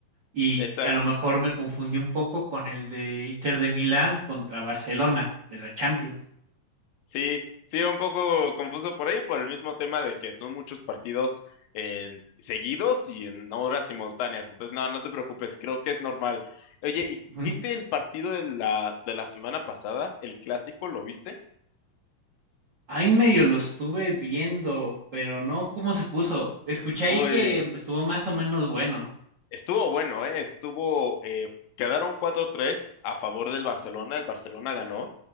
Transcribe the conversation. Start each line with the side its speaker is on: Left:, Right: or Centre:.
Right: Y
Left: exacto.
Right: a lo mejor me confundí un poco con el de Inter de Milán contra Barcelona de la Champions.
Left: Sí, sí, un poco confuso por ahí, por el mismo tema de que son muchos partidos en- seguidos y en horas simultáneas. Entonces, no, no te preocupes, creo que es normal. Oye, ¿y
Right: Ujú.
Left: ¿viste el partido de la, de la semana pasada? ¿El clásico? ¿Lo viste?
Right: Ahí medio lo estuve viendo, pero no cómo se puso. Escuché ahí
Left: Uy.
Right: que estuvo más o menos bueno.
Left: Estuvo bueno, ¿eh? Estuvo, eh, quedaron cuatro tres a favor del Barcelona, el Barcelona ganó,